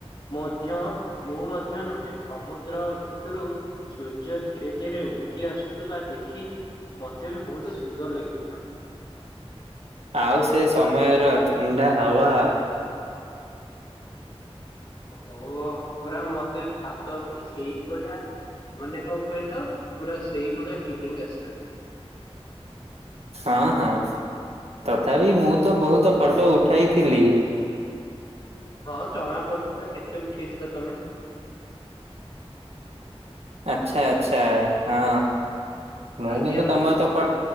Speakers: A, on the left; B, on the right.
A: ମଧ୍ୟ, ମୁଁ ମଧ୍ୟ ନୁହେଁ, ସମୁଦ୍ର ରୁ ସୂର୍ଯ୍ୟ ଧୀରେ ଧୀରେ ଉଠି ଆସୁଥିବା ଦେଖି ମତେ ବି ବହୁତ ସୁନ୍ଦର ଲାଗିଥିଲା।
B: ଆଉ ସେ ସମୟର ଥଣ୍ଡା ହାୱା
A: ଓହୋ ପୁରା ମତେ ଭାତ ଉପରେ ସେଇଭଳିଆ ମାନେ କଣ କହିଲେ ପୁରା ସେଇ ଭଳିଆ ଫିଲିଙ୍ଗ ଆସିଲା।
B: ହଁ ହଁ, ତଥାପି ମୁଁ ତ ବହୁତ ଫଟୋ ଉଠାଇଥିଲି।
A: ହଁ ଜଣା ପଡୁଥିଲା, କେତେ ଉଠେଇଥିଲା ତମେ?
B: ଆଚ୍ଛା, ଆଚ୍ଛା, ହଁ ମୁଁ
A: ଆଜ୍ଞା
B: କିନ୍ତୁ
A: ବନ୍ଧୁ
B: ତମର ତ ପ